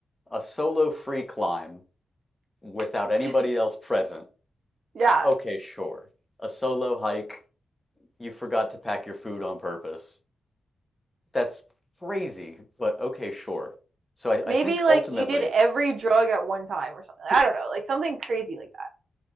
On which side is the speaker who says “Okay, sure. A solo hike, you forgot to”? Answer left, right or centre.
Left